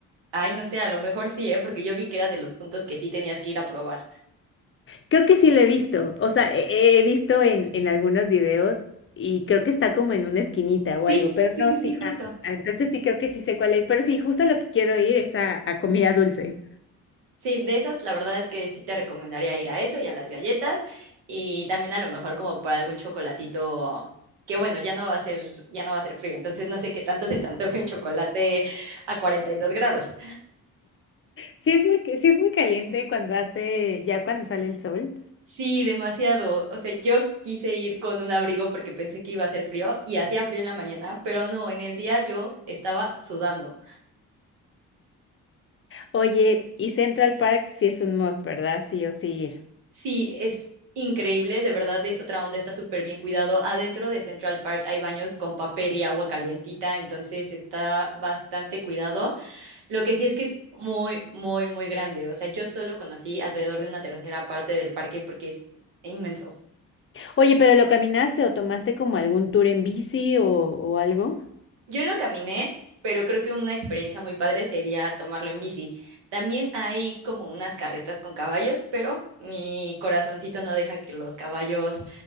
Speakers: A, on the right; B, on the left.
A: Ay, no sé, a lo mejor sí, ¿eh? Porque yo vi que era de los puntos que sí tenías que ir a probar.
B: Creo que sí lo he visto. O sea, he, he visto en, en algunos videos y creo que está como en una esquinita
A: Sí,
B: o algo, pero
A: sí,
B: no,
A: sí,
B: sí.
A: sí, justo.
B: Ah, ah, entonces sí creo que sí sé cuál es. Pero sí, justo a lo que quiero ir es a, a comida dulce.
A: Sí, de esas, la verdad es que sí te recomendaría ir a eso y a las galletas y también a lo mejor como por algún chocolatito que bueno, ya no va a ser, ya no va a ser frío, entonces no sé qué tanto se te antoje un chocolate a 42 grados.
B: Sí es muy, ca- sí es muy caliente cuando hace, ya cuando sale el sol.
A: Sí, demasiado. O sea, yo quise ir con un abrigo porque pensé que iba a hacer frío y hacía frío en la mañana, pero no, en el día yo estaba sudando.
B: Oye, y Central Park sí es un must, ¿verdad? Sí o sí ir.
A: Sí, es increíble, de verdad es otra onda, está súper bien cuidado. Adentro de Central Park hay baños con papel y agua calientita, entonces está bastante cuidado. Lo que sí es que es muy, muy, muy grande. O sea, yo solo conocí alrededor de una tercera parte del parque porque es inmenso.
B: Oye, pero ¿lo caminaste o tomaste como algún tour en bici o, o algo?
A: Yo lo caminé, pero creo que una experiencia muy padre sería tomarlo en bici. También hay como unas carretas con caballos, pero mi corazoncito no deja que los caballos